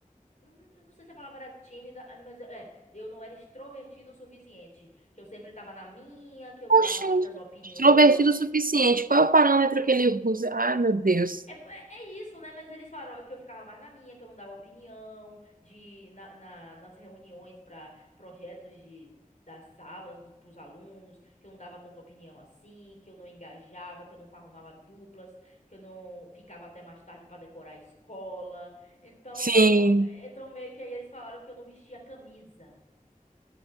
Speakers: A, on the left; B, on the right.
A: Hum, Eu não sei se a palavra era tímida, ah, mas eu- é, eu não era extrovertido o suficiente. Que eu sempre tava na minha, que eu
B: Poxa,
A: não dava muitas opiniões.
B: extrovertido o suficiente. Qual é o parâmetro que ele usa? Ai, meu Deus.
A: É, é é isso, né? Mas eles falaram que eu ficava mais na minha, que eu não dava opinião, de, na, na- nas reuniões para projetos de, das salas para os alunos, que eu não dava tanta opinião assim, que eu não engajava, que eu não formava duplas, que eu não ficava até mais tarde para decorar a escola. Então,
B: Sim,
A: então meio que aí eles falaram que eu não vestia camisa.